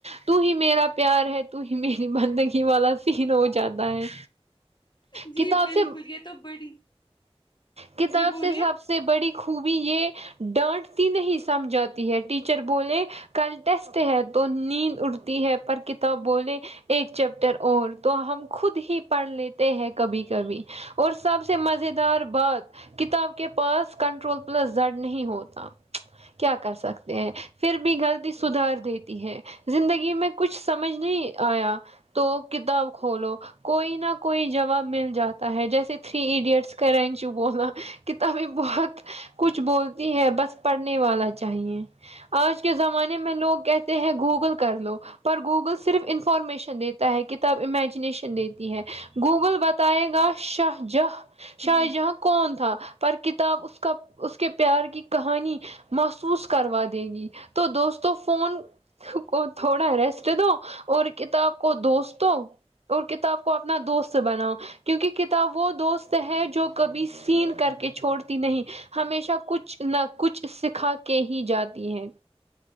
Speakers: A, on the right; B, on the left.
A: تو ہی میرا پیار ہے تو ہی میری بندگی والا سین ہو جاتا ہے
B: جی
A: کتاب
B: بالکل
A: سے
B: یہ تو بڑی
A: کتاب
B: جی بولیے
A: سے سب سے بڑی خوبی یہ ڈانٹتی نہیں سمجھاتی ہے ٹیچر بولے کل ٹیسٹ ہے تو نیند اردو ہے پر کتاب بولے ایک چیپٹر اور تو ہم خود ہی پڑھ لیتے ہیں کبھی کبھی اور سب سے مز دار بات کتاب کے پاس کنٹرول پلس زڑ نہیں ہوتا کیا کر سکتے ہیں پھر بھی غلطی سدھار دیتی ہے زندگی میں کچھ سمجھ نہیں آیا تو کتاب کھولو کوئی نہ کوئی جواب مل جاتا ہے جیسے تھری ایڈیٹس کا رینچو بولا کتابیں بہت کچھ بولتی ہے بس پڑھنے والا چاہیے آج کے زمانے میں لوگ کہتے ہیں گوگل کر لو پر گوگل صرف انفارمیشن دیتا ہے کتاب امیجنییشن دیتی ہے گوگل بتائے گا شاہ جاں شاہ جہاں کون تھا پر کتاب اس کا اس کے پیار کی کہانی محسوس کروا دے گی تو دوستوں فون تھوڑا ریسٹ دو اور کتاب کو دوست دو اور کتاب کو اپنا دوست بناؤ کیونک کتاب وہ دوست ہے جو کبھی سین کر کے چھوڑتی نہیں ہمیشہ کچھ نہ کچھ سکھا کے ہی جاتی ہے